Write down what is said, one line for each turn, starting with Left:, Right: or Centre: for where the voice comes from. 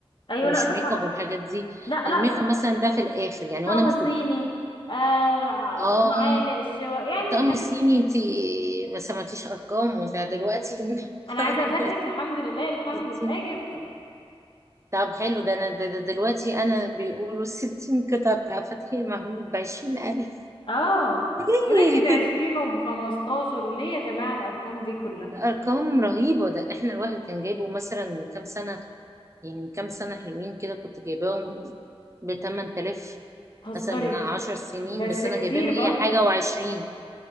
Left: ايوه
Right: مش
Left: لا ده
Right: ميك
Left: صح
Right: اب والحاجات دي
Left: لا
Right: الميك
Left: لا
Right: اب مثلا ده في الاخر يعني
Left: طقم
Right: وانا مخطوبه
Left: الصيني آه
Right: اه
Left: معالق الشوا يعني
Right: الطقم
Left: الحاجات
Right: الصيني انت ما سمعتيش ارقامه ده دلوقتي <laughs>
Left: انا عايزه
Right: الطقم
Left: افاجئك الحمد لله الحمد
Right: الستين
Left: لله جبته
Right: طب حلو ده انا ده ده دلوقتي انا بيقولوا الستين قطعة بتاع فتحي محمود بعشرين ألف
Left: اه
Right: ليه؟
Left: يا بنتي بعشرين وبخمستاشر وليه يا جماعه الارقام دي كلها
Right: <laughs> أرقام رهيبة ده احنا الواحد كان جايبه مثلا من كام سنة يعني من كام سنة حلوين كده كنت جايباهم بتمن تلاف
Left: تهزري
Right: مثلا من عشر سنين
Left: بس
Right: بس
Left: كتير
Right: أنا جايباه مية
Left: برضو
Right: حاجة وعشرين